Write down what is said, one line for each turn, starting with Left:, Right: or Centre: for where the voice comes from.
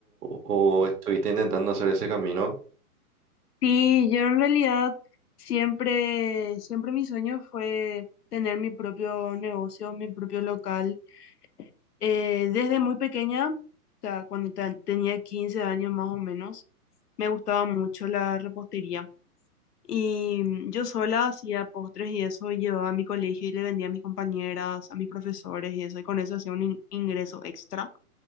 Right: o estuviste intentando hacer ese camino?
Left: Sí, yo en realidad siempre, siempre mi sueño fue tener mi propio negocio, mi propio local. Eh, desde muy pequeña, o sea, cuando te- tenía 15 años más o menos, me gustaba mucho la repostería. Y mm, yo sola hacía postres y eso, y llevaba a mi colegio y le vendía a mis compañeras, a mis profesores y eso, y con eso hacía un in- ingreso extra.